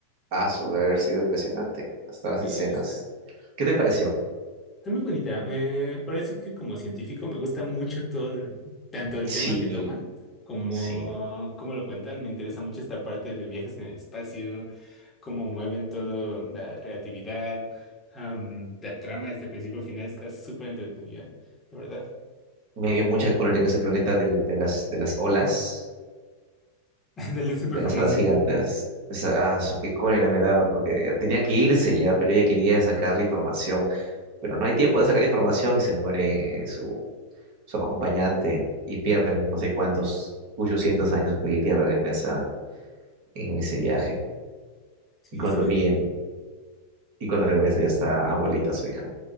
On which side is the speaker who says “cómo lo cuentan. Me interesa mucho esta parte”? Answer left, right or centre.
Left